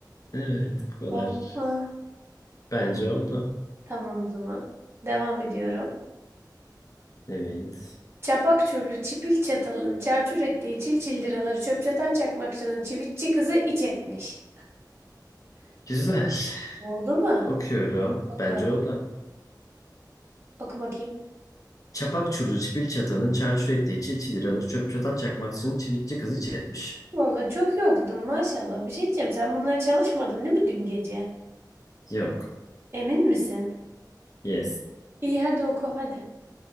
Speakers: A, on the left; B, on the right.
A: Evet bu kadar.
B: Oldu mu?
A: Bence oldu.
B: Tamam o zaman. Devam ediyorum.
A: Evet.
B: Çapak çurlu çipil çatalın çarçur ettiği çil çil liraları çöp çatan çakmakçının çivitçi kızı iç etmiş.
A: Güzel.
B: Oldu mu?
A: Okuyorum.
B: Oku.
A: Bence oldu.
B: Oku bakayım.
A: Çapak çurdu çipil çatanın çarçur ettiği çil çil alır çöp çatan çakmakçının çivitçi kızı hiç etmiş.
B: Valla çok yoktum maşallah. Bir şey diyeceğim. Sen bunlara çalışmadın değil mi dün gece?
A: Yok.
B: Emin misin?
A: Yes.
B: İyi hadi oku hadi.